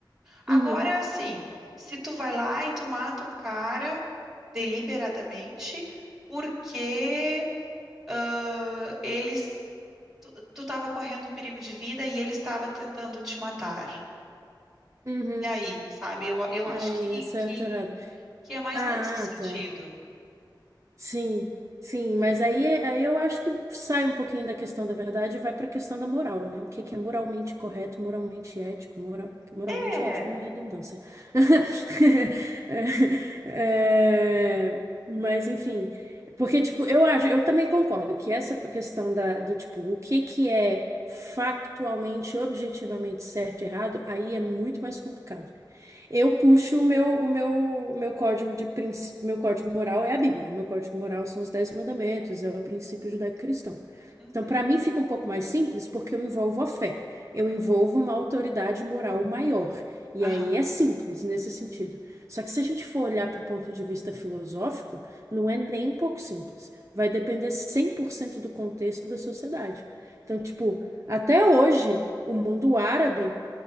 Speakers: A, in the centre; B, on the right (about 40°).
A: Agora,
B: Uhum,
A: assim, se tu vai lá e tu mata um cara deliberadamente porque ah, eles tu, tu tava correndo perigo de vida e ele estava tentando te matar.
B: uhum.
A: E aí, sabe? Eu, eu acho
B: Aí,
A: que,
B: é certo,
A: que,
B: ou errado.
A: que é mais
B: Ah,
A: nesse sentido.
B: tá. Sim, sim, mas aí, é, aí eu acho que sai um pouquinho da questão da verdade e vai para a questão da moral, né? O que que é moralmente correto, moralmente ético, moral, moralmente
A: É.
B: ético
A: É.
B: é uma redundância. <laughs> É, é, mas enfim, porque tipo, eu acho, eu também concordo que essa questão da, do tipo, o que que é factualmente, objetivamente certo e errado, aí é muito mais complicado. Eu puxo o meu, o meu, o meu código de princ- meu código moral é a Bíblia. Meu código moral são os Dez Mandamentos, é o princípio judaico-cristão.
A: Uhum,
B: Então, para mim fica um pouco mais simples porque eu envolvo a fé. Eu
A: uhum.
B: envolvo uma autoridade moral maior. E
A: Aham.
B: aí é simples nesse sentido. Só que se a gente for olhar para o ponto de vista filosófico, não é nem um pouco simples. Vai depender 100% do contexto da sociedade. Então, tipo, até hoje, o mundo árabe